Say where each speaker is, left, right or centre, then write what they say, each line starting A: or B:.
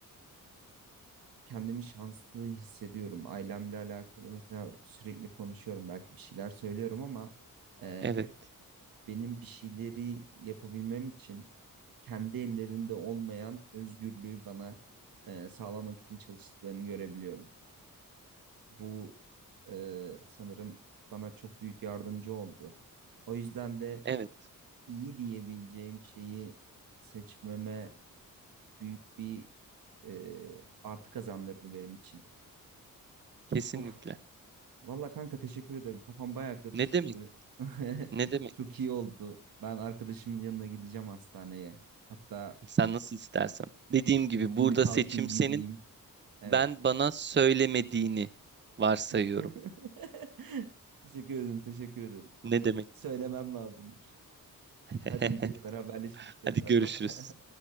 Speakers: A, on the right; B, on the right.
A: kendimi şanslı hissediyorum. Ailemle alakalı mesela sürekli konuşuyorum. Belki bir şeyler söylüyorum ama e,
B: Evet,
A: hep benim bir şeyleri yapabilmem için kendi ellerinde olmayan özgürlüğü bana e, sağlamak için çalıştıklarını görebiliyorum. Bu e, sanırım bana çok büyük yardımcı oldu. O yüzden de
B: evet,
A: iyi diyebileceğim şeyi seçmeme büyük bir e, artı kazandırdı benim için.
B: kesinlikle.
A: Of, Valla kanka teşekkür ederim. Kafam baya karışıktı.
B: Ne demek?
A: <laughs>
B: Ne demek?
A: Çok iyi oldu. Ben arkadaşımın yanına gideceğim hastaneye. Hatta
B: Sen nasıl istersen.
A: e,
B: Dediğim gibi
A: şimdi
B: burada
A: kalkayım
B: seçim senin.
A: gideyim. Evet.
B: Ben bana söylemediğini varsayıyorum.
A: <laughs> Teşekkür ederim, teşekkür ederim.
B: Ne demek?
A: Söylemem lazımmış.
B: <laughs>
A: Hadi iyi geceler, haberleşiriz tekrardan.
B: Hadi görüşürüz.
A: <laughs>